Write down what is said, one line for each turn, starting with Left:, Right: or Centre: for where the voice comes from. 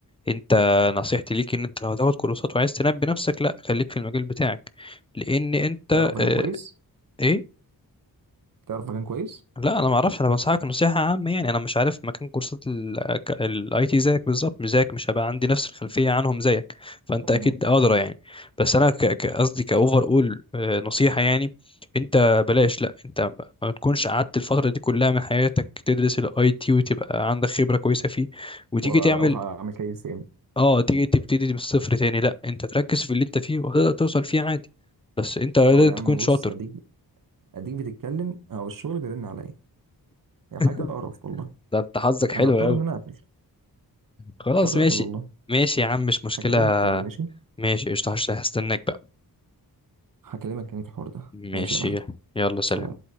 Left: انت نصيحتي ليك ان انت لو هتاخد كورسات وعايز تنمي نفسك لا خليك في المجال بتاعك لان انت
Right: تعرف مكان
Left: اه
Right: كويس
Left: ايه
Right: تعرف مكان كويس
Left: لا انا ما اعرفش انا بنصحك نصيحه عامه يعني انا مش عارف مكان كورسات الاي تي زيك بالظبط مش زيك مش هبقى عندي نفس الخلفيه عنهم زيك فانت
Right: تمام
Left: اكيد ادرى يعني بس انا ك- ك- قصدي كاوفر اول نصيحه يعني انت بلاش لا انت ما تكونش قعدت الفتره دي كلها من حياتك تدرس الاي تي وتبقى عندك خبره كويسه فيه وتيجي
Right: وهعمل
Left: تعمل
Right: كيس يعني
Left: اه تيجي تبتدي من الصفر تاني لا انت تركز في اللي انت فيه وتقدر توصل فيه عادي بس انت لازم
Right: اه يا
Left: تكون
Right: عم
Left: شاطر
Right: بص اديك اديك بتتكلم او الشغل بيرن عليا هي حاجه
Left: <laughs>
Right: قرف والله
Left: ده انت حظك حلو
Right: انا اضطر
Left: قوي
Right: ان انا اقفل
Left: خلاص
Right: اضطر
Left: ماشي
Right: اقفل والله
Left: ماشي يا عم مش مشكلة
Right: هكلمك تاني ماشي
Left: ماشي قشطة هش- هستناك بقى
Right: هكلمك تاني في الحوار ده
Left: ماشي
Right: ماشي يا معلم
Left: يلا سلام
Right: سلام